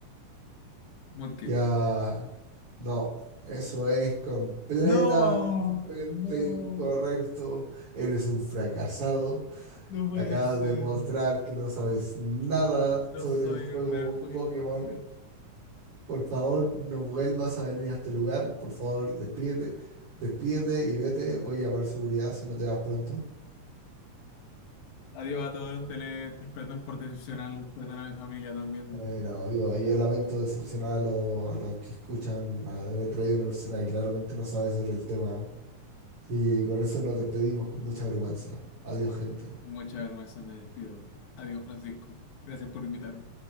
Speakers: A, on the left; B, on the right.
A: Mudkip.
B: Ya. No, eso es completamente
A: No, no,
B: incorrecto. Eres un fracasado.
A: no puede
B: Acabas
A: ser.
B: de mostrar que no sabes nada
A: No
B: sobre
A: soy
B: el juego
A: un real Pokémon
B: Pokémon.
A: Master.
B: Por favor, no vuelvas a venir a este lugar. Por favor, despídete, despídete y vete. Voy a llamar seguridad si no te vas pronto.
A: Adiós a todos los televidentes. Perdón por decepcionarlos. Perdón a mi familia también.
B: Eh, no, yo, yo lamento decepcionar a, los a los que escuchan. a- He traído una persona que claramente no sabe sobre el tema. Sí, y con eso nos despedimos con mucha vergüenza. Adiós, gente.
A: Mucha vergüenza, me despido. Adiós, Francisco. Gracias por invitarme.